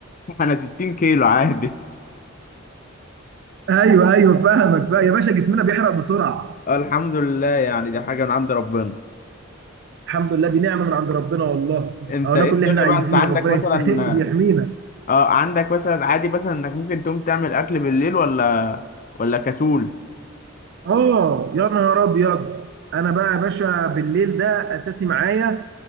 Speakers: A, on the left; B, on the right.
A: <laughs> انا 60 كيلو عادي
B: ايوه ايوه فاهمك بقى يا باشا جسمنا بيحرق بسرعه
A: اه الحمد لله يعني دي حاجة من عند ربنا
B: الحمد لله دي نعمه من عند ربنا والله
A: انت
B: او ناكل
A: ايه
B: اللي
A: الدنيا
B: احنا عايزينه
A: بقى انت عندك
B: ربنا
A: مثلا
B: يس... <laughs> يحمينا
A: اه عندك مثلا عادي مثلا انك ممكن تقوم تعمل اكل بالليل ولا ولا كسول
B: اه يا نهار ابيض انا بقى يا باشا بالليل ده اساسي معايا